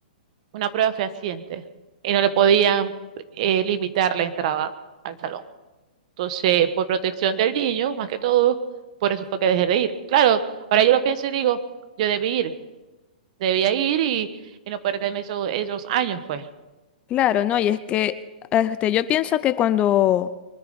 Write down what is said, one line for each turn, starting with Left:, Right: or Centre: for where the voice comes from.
Right: una prueba fehaciente y no le podían eh, limitar la entrada al salón. Entonces, por protección del niño, más que todo, por eso fue que dejé de ir. Claro, ahora yo lo pienso y digo, yo debí ir, debía ir y, y no perderme esos, esos años, pues.
Left: Claro, ¿no? Y es que este, yo pienso que cuando